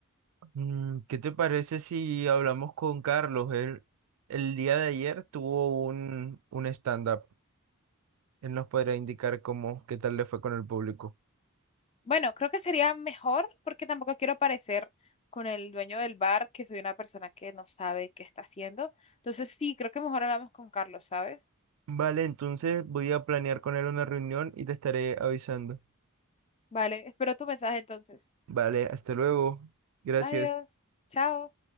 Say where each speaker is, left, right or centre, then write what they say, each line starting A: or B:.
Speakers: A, on the right; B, on the left.
A: Mm, ¿qué te parece si hablamos con Carlos? Él el día de ayer tuvo un, un stand-up. Él nos podrá indicar cómo, qué tal le fue con el público.
B: Bueno, creo que sería mejor porque tampoco quiero parecer con el dueño del bar que soy una persona que no sabe qué está haciendo. Entonces sí, creo que mejor hablamos con Carlos, ¿sabes?
A: Vale, entonces voy a planear con él una reunión y te estaré avisando.
B: Vale, espero tu mensaje entonces.
A: Vale, hasta luego. Gracias.
B: Adiós, chao.